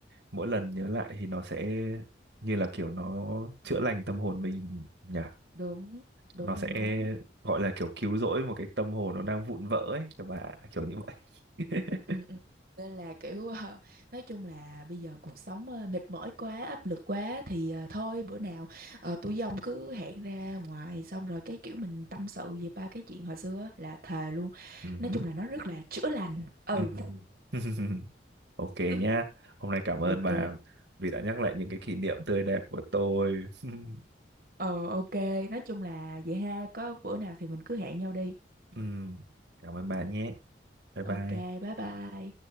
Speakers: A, on the right; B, on the right.
A: mỗi lần nhớ lại thì nó sẽ như là kiểu nó chữa lành tâm hồn mình nhỉ
B: đúng đúng
A: nó sẽ
B: đúng đúng
A: gọi là kiểu cứu rỗi một cái tâm hồn nó đang vụn vỡ ấy các bạn kiểu như vậy <laughs>
B: Ừ, ừ. Nên là kiểu <laughs> ờ, nói chung là bây giờ cuộc sống ờ, mệt mỏi quá áp lực quá thì ờ, thôi bữa nào ờ, tôi với cứ hẹn ra ngoài xong rồi cái kiểu mình tâm sự về ba cái chuyện hồi xưa á, là thề luôn
A: Ừm,
B: nói chung là nó rất là chữa lành ừ
A: ừm. <laughs> ok
B: <laughs>
A: nhá hôm nay cảm ơn
B: ok
A: bà vì đã nhắc lại những cái kỷ niệm tươi đẹp của tôi <laughs>
B: ờ ok nói chung là vậy ha có bữa nào thì mình cứ hẹn nhau đi
A: Ừm, cảm ơn bà nhé bye bye
B: ok bye bye